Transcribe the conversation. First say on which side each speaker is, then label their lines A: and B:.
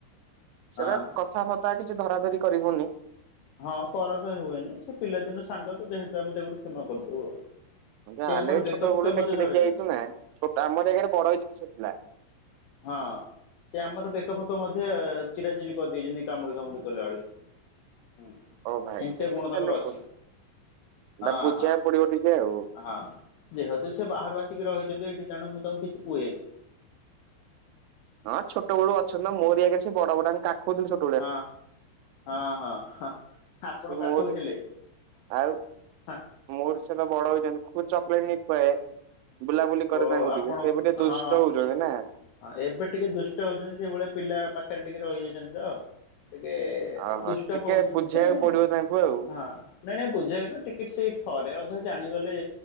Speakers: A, on the right; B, on the left.
A: ସେଟା
B: ହଁ ହଁ
A: କଥାବା ତା କିଛି ଧରା ଧରି କରିବୁନି।
B: ହଁ କରା ତ ହୁଏନି ସେ ପିଲାଦିନୁ ସାଙ୍ଗ ତ ଯେହେତୁ ଆମେ ତାକୁ ଟିକେ କ୍ଷମା କରିଦଉ ଆଉ।
A: ଯା
B: ସେ
A: ହେଲେ
B: ଆମର
A: ବି
B: ବେକ
A: ଛୋଟ
B: ଫେକ
A: ବେଳୁ ଦେଖି
B: ମଧ୍ୟ ଧରିଯାଆନ୍ତି
A: ଦେଖି ଆଇଛୁନା ଛୋଟ ଆମର ଏଗାରେ ବଡ ଏଇ। <unintelligible>
B: ହଁ ସେ ଆମର ବେକ ଫେକ ମଧ୍ୟେ ଚିରାଚିରି କରିଦେଇଚନ୍ତି କାମୁଡି କାମୁଡି କହିଲାଭଳି। ହୁଁ
A: ହଉ ଭାଇ
B: ଏମିତିଆ
A: ଏମିତି
B: ଗୁଣ ତାଙ୍କର
A: ତାହେଲେ
B: ଅଛି।
A: କ ଏଟା
B: ହଁ
A: ବୁଝିବାକୁ
B: ହଁ
A: ପଡିବ ଟିକେ ଆଉ।
B: ହଁ। ଯେହେତୁ ସେ ବାହାରୁ ଆସିକି ରହିଚନ୍ତି ଏଇଠି ତେଣୁ ମୁଁ ତାଙ୍କୁ କିଛି କୁହେନି।
A: ହଁ ଛୋଟ ବେଳୁ ଅଛନ୍ତି ତ ମୋରିଆଗରେ ସେ ବଡ ବଡାହେଇ କାଖୋଉଥିଲି ଛୋ
B: ହଁ ହଁ ହଁ ହଁ। ଆପଣ
A: ସେ
B: କାଖଉଥିଲେ
A: ମୋରି ଆଉ
B: ହଁ
A: ମୋର ସେତ ବଡ ହେଇଛନ୍ତି। ମୁ ଚକଲେଟ ନେଇ ଖୁଆଏ ବୁଲାବୁଲି କରେ
B: ଓ
A: ତାଙ୍କୁ
B: ଆପଣ
A: ଟିକେ ସେ ଟିକେ ଦୁଷ୍ଟ
B: ହଁ
A: ହଉଚନ୍ତି ନା।
B: ହଁ ଏବେ ଟିକେ ଦୁଷ୍ଟ ହଉଚନ୍ତି ସେଇଭଳିଆ ପିଲା ପାଖରେ ଟିକେ ରହିଯାଇଛନ୍ତି ତ ଟିକେ
A: ଓହୋ
B: ଦୁଷ୍ଟ
A: ଟିକେ
B: ହଉଛନ୍ତି
A: ବୁଝେଇବାକୁ
B: ସେ ହଁ।
A: ପଡିବ ତାଙ୍କୁ ଆଉ
B: ନାଇଁ ନାଇଁ ବୁଝେଇନୁ ଟିକେଟ୍ ସେଇ ଥରେ ଅଧେ ଜାଣିଗଲେ